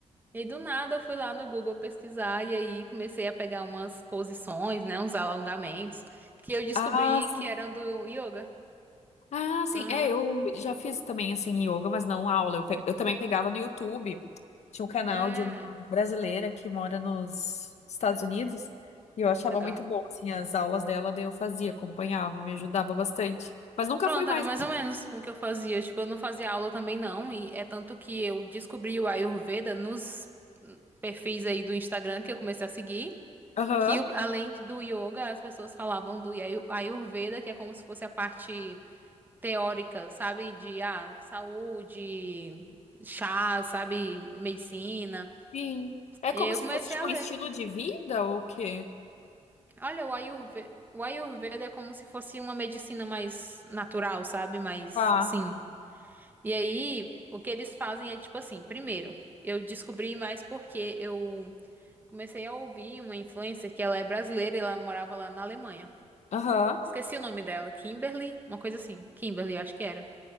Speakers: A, on the right (about 15°); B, on the left (about 65°).
A: E aí, do nada eu fui lá no Google pesquisar e aí comecei a pegar umas posições, né? Uns alongamentos que eu descobri
B: Ah, sim.
A: que eram do yoga.
B: Ah, sim.
A: Aham.
B: É, eu já fiz também, assim, yoga, mas não aula. Eu, pe- eu também pegava no YouTube. Tinha um canal
A: É,
B: de uma brasileira que mora nos Estados Unidos e eu achava
A: legal.
B: muito bom, assim, as aulas dela, daí eu fazia, acompanhava, me ajudava bastante. Mas nunca
A: Pronto,
B: fui mais.
A: era mais ou menos o que eu fazia. Tipo, eu não fazia aula também não, e é tanto que eu descobri o Ayurveda nos perfis aí do Instagram que eu comecei a seguir,
B: Aham,
A: que eu- além do yoga, as pessoas falavam do Yayu- Ayurveda, que é como se fosse a parte teórica, sabe, de ah, saúde, chá, sabe, medicina.
B: sim. É
A: E
B: como
A: aí eu
B: se
A: comecei
B: fosse, tipo,
A: a
B: um
A: ler.
B: estilo de vida ou o quê?
A: Olha, o Ayurveda, o Ayurveda é como se fosse uma medicina mais natural, sabe? Mais
B: Tá.
A: assim. E aí, o que eles fazem é tipo assim, primeiro, eu descobri mais porque eu comecei a ouvir uma influencer que ela é brasileira e ela morava lá na Alemanha.
B: Aham,
A: Esqueci o nome dela, Kimberly, uma coisa assim, Kimberly, eu acho que era.